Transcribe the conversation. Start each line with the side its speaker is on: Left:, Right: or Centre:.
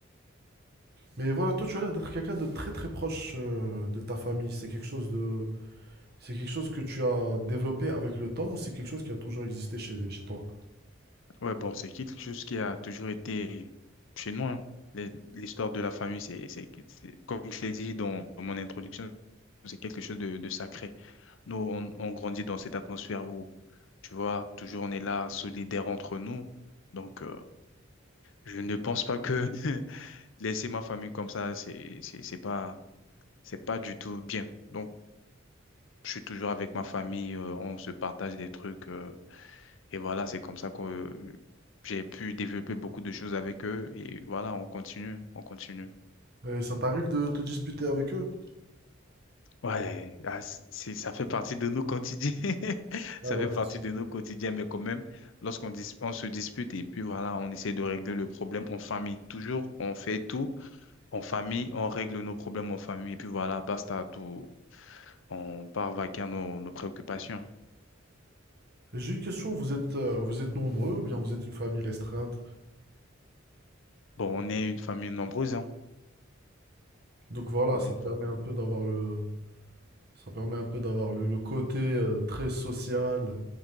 Right: Mais voilà, toi tu as l'air d'être quelqu'un de très très proche euh, de ta famille. C'est quelque chose de, c'est quelque chose que tu as développé avec le temps ou c'est quelque chose qui a toujours existé chez, chez toi?
Left: Ouais, bon, c'est quelque chose qui a toujours été chez nous. hein. Les- L'histoire de la famille, c'est, c'est, c'est- comme je l'ai dit dans mon introduction, c'est quelque chose de, de sacré. Nous, on, on grandit dans cette atmosphère où, tu vois, toujours on est là, solidaire entre nous. Donc, euh, je ne pense pas que <laughs> laisser ma famille comme ça, c'est, c'est, c'est pas, c'est pas du tout bien. Donc, je suis toujours avec ma famille, euh, on se partage des trucs. euh, Et voilà, c'est comme ça que euh, j'ai pu développer beaucoup de choses avec eux. Et voilà, on continue, on continue.
Right: Et ça t'arrive de te disputer avec eux?
Left: Ouais, ah, c- c'est, ça fait partie de nos quotidiens. <laughs>
Right: Ah
Left: Ça
Right: bah,
Left: fait partie
Right: c'est sûr.
Left: de nos quotidiens, mais quand même, lorsqu'on dis- on se dispute et puis voilà, on essaie de régler le problème en famille. Toujours, on fait tout en famille, on règle nos problèmes en famille et puis voilà, basta, tout. On part vaquer à nos, nos préoccupations.
Right: J'ai une question, vous êtes, euh, vous êtes nombreux ou bien vous êtes une famille restreinte?
Left: Bon, on est une famille nombreuse, hein.
Right: Donc voilà,
Left: On
Right: ça
Left: est
Right: permet
Left: une-
Right: un peu d'avoir le, Ça permet un peu d'avoir le, le côté euh, très social,